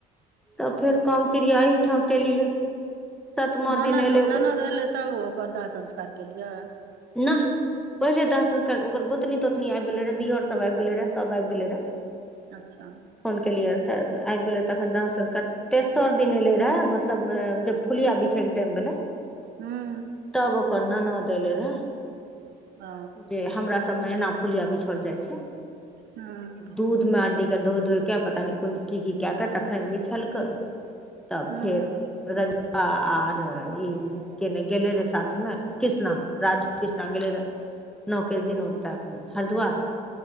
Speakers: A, in the centre; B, on the right.
A: तब फेर काम क्रिया एठाम केलियै। सतमा
B: ननद
A: दिन अयलै ओकर
B: ननद एयलै तब ओकर दाह संस्कार केलियै
A: नाह पहिले दाह संस्कार ओकर गोतनी तोतनी आबि गेलै रहे दियर सब आबि गेले रहे सभ आबि गेले रहे
B: अच्छा
A: फोन केलियर तऽ आब गेलै तखन दाह संस्कार तेसर दिन एयलै रहए मतलब जब फुलिया बिछयके टाइम भेलै
B: हुँ
A: तब ओकर ननद एलै रहै
B: ओ
A: जे हमरा सभमे एना फुलिया बिछल जाइत छै
B: हूँ
A: दूध मे आडडी के धोय धोय के पता नहि कोन की की कए कऽ तखन बिछलकै तब
B: हूँ
A: फेर रजबा आर ई केने गेले रे साथ मे कृष्णा राज कृष्णा गेलै रहए नओकेस दिन ओतय हरिद्वार